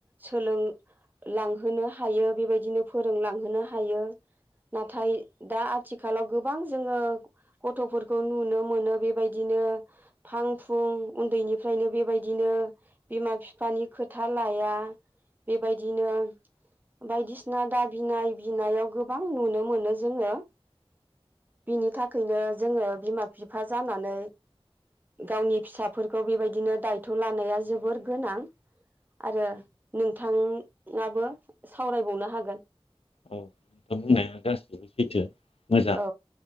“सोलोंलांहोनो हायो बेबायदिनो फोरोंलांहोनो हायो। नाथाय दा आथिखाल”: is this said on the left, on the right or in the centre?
Right